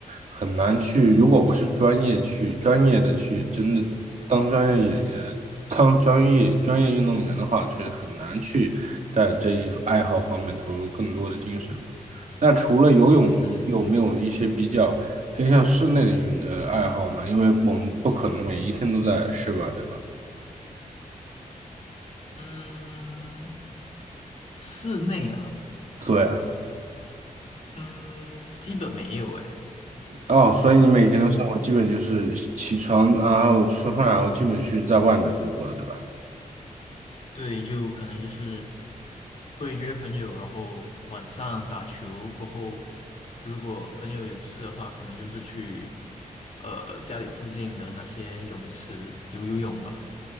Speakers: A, on the right; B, on the left.
A: 很难去。如果不是专业去专业的去真的当专业演员、当专业专业运动员的话，确实很难去在这一爱好方面投入更多的精神吧。那除了游泳，
B: 是，
A: 你有没有一些比较偏向室内的运呃爱好呢？因为我们不可能每一天都在室外，对吧？
B: 嗯，室内啊，
A: 对。啊。
B: 嗯，基本没有诶。
A: 哦，所以你每天的生活基本就是起床，
B: 就
A: 然后吃饭，然后基本去在外面度过的，对吧？
B: 对，就可能就是会约朋友，然后晚上打球过后，如果朋友有事的话，可能就是去呃家里附近的那些泳池游游泳吧。